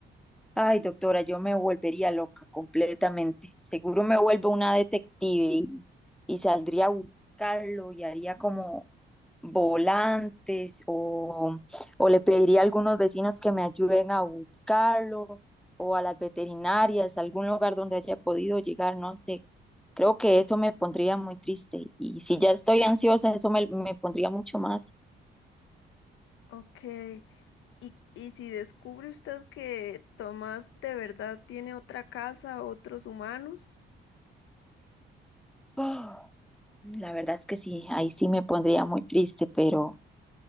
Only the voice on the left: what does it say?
Ok. Y, y si descubre usted que Tomás de verdad tiene otra casa, otros humanos,